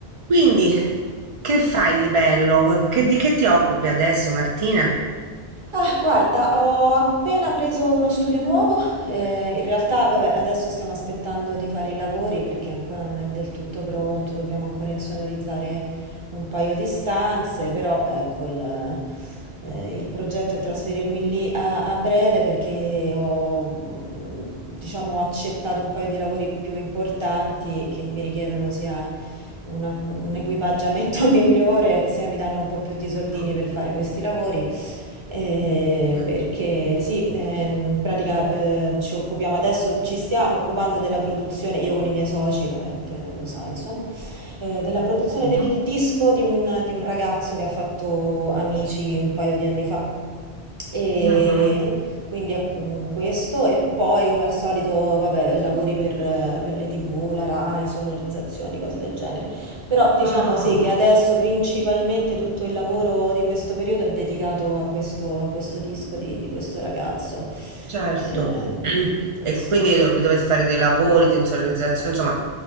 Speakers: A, on the right (about 55°); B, on the right (about 30°).
A: Quindi, che fai di bello? Che- di che ti occupi adesso, Martina?
B: Ah, guarda, ho appena preso uno studio nuovo. eh, in realtà, vabbè, adesso stiamo aspettando di fare i lavori perché ancora non è del tutto pronto, dobbiamo ancora insonorizzare un paio di stanze, però ecco, il, eh, il progetto è trasferirmi lì a, a breve perché ho, mm, diciamo, accettato un paio di lavori più importanti che mi richiedono sia una- un equipaggiamento <laughs> migliore, sia mi danno un po' più di soldini
A: Mm,
B: per fare questi lavori. Eh,
A: Eh,
B: perché sì, eh, in pratica eh, ci occupiamo adesso, ci stiamo occupando della produzione, io con i miei soci, vabbè, te- lo sai, insomma, eh, della produzione
A: mhm,
B: del disco di un, di un ragazzo che ha fatto Amici un paio di anni fa. E
A: mhm,
B: quindi eh, mm, questo e poi come al solito, vabbè, lavori per, eh, per le TV, la Rai, sonorizzazioni, cose del genere. Però diciamo
A: mm, mm,
B: sì che adesso
A: mm,
B: principalmente tutto il lavoro di questo periodo è dedicato a questo, a questo disco di, di questo ragazzo.
A: Certo.
B: Ehm,
A: Mm.
B: questo.
A: E quindi dov- dovete fare dei lavori di insonorizzazione, insomma,